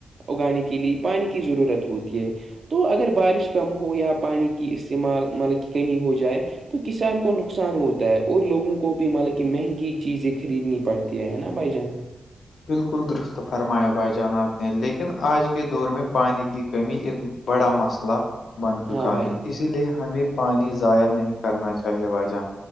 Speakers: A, on the right; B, on the left.
A: اگانے کے لیے پانی کی ضرورت ہوتی ہے تو اگر بارش کم ہو یا پانی کی استعمال مطلب کہ کمی ہو جائے تو کسان کو نقصان ہوتا ہے اور لوگوں کو بھی مطلب کہ مہنگی چیزیں خریدنی پڑتی ہے ہے نا بھائی جان
B: بالکل درست فرمایا بائے جانب نے لیکن آج کے دور میں پانی کی کمی ایک بڑا مسئلہ بن چکا
A: ہاں بھائی
B: ہے اس اسی لیے ہمیں پانی ضائع نہیں کرنا چاہیے وائیجان